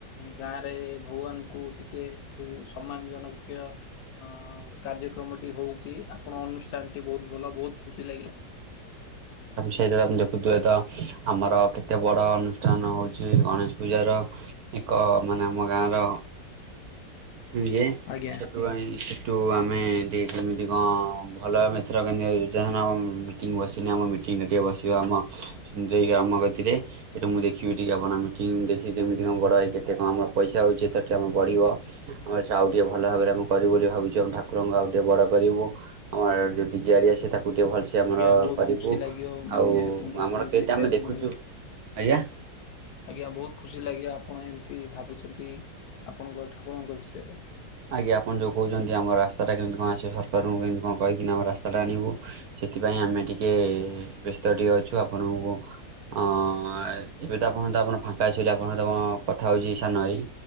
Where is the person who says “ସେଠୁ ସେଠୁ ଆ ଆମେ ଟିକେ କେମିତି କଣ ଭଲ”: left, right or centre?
Right